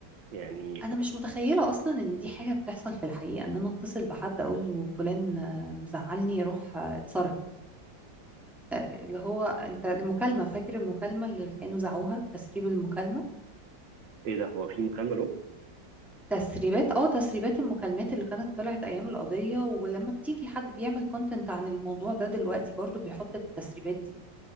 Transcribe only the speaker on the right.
يعني
ايه ده هو في مكالمه له